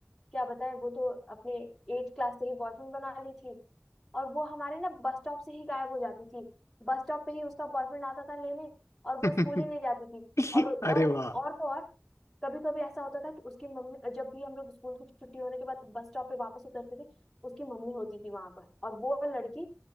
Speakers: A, in the centre; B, on the left.
A: क्या बताएं वो तो अपने एट क्लास से ही बॉयफ्रेंड बना ली थी और वो हमारे ना बस स्टॉप से ही गायब हो जाती थी बस स्टॉप पे ही उसका बॉयफ्रेंड आता था लेने और वो
B: <laughs>
A: स्कूल ही नहीं जाती थी और और
B: अरे वाह
A: और तो और कभी कभी ऐसा होता था कि उसकी मम्मी जब भी हम लोग स्कूल की छुट्टी होने के बाद बस स्टॉप पे वापस उतरते थे उसकी मम्मी होती थी वहां पर और वो लड़की